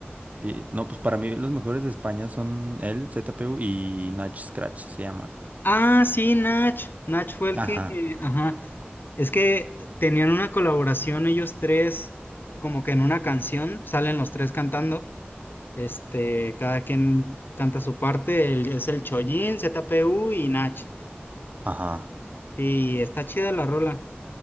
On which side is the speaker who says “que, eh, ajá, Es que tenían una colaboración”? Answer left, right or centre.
Left